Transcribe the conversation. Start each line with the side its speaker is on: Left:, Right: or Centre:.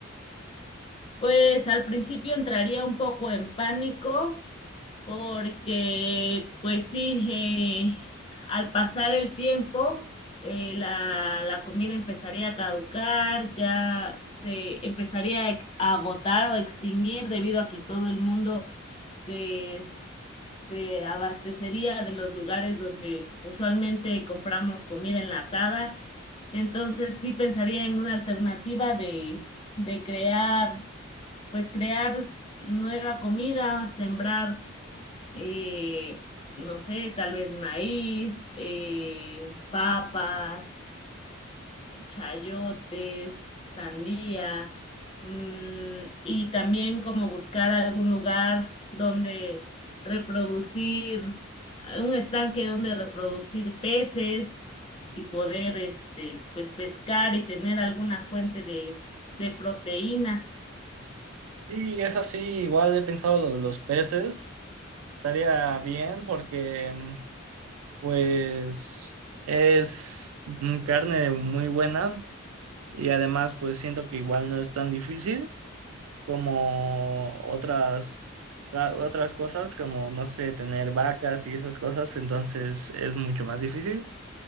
Left: Pues al principio entraría un poco en pánico porque, pues sí, eh, al pasar el tiempo, eh, la, la comida empezaría a caducar, ya se empezaría a ex- a agotar o extinguir debido a que todo el mundo se, se abastecería de los lugares donde usualmente compramos comida enlatada. Entonces sí pensaría en una alternativa de, de crear pues crear nueva comida, sembrar, eh, no sé, tal vez maíz, eh, papas, chayotes, sandía, mm, y también como buscar algún lugar donde reproducir, un estanque donde reproducir peces y poder, este, pues pescar y tener alguna fuente de, de proteína.
Right: Y es así, igual he pensado lo de los peces, estaría bien porque mm, pues es mm, carne muy buena y además pues siento que igual no es tan difícil. como otras, a- otras cosas, como, no sé, tener vacas y esas cosas, entonces es mucho más difícil.